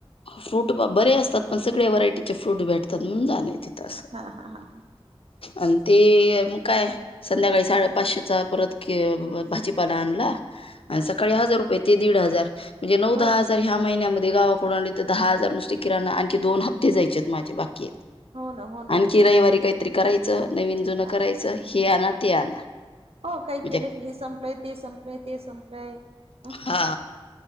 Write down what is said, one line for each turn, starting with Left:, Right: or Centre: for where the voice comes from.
Left: फ्रूट बरे असतात पण सगळ्या व्हरायटीचे फ्रूट भेटतात म्हणून जाण तिथं असं.
Right: हा हा हा
Left: आणि ते मग काय, संध्याकाळी साडे पाचशेचा परत कि भाजी पाला आणला
Right: हा
Left: अन सकाळी हजार रुपये ते दीड हजार, म्हणजे नऊ, दहा
Right: हो
Left: हजार ह्या महिन्यामध्ये गावाकडून आणले तर दहा हजार नुसते किराणा आणखी दोन हप्ते जायचे आहेत माझे बाकी आहे.
Right: हो ना हो ना
Left: आणखी रविवारी काहीतरी करायचं नवीन जुनं
Right: हा
Left: करायचं हे आणा ते आणा.
Right: हो काही
Left: म्हणजे
Right: केलंय की हे संपलंय ते संपलंय ते संपलंय. ह
Left: हा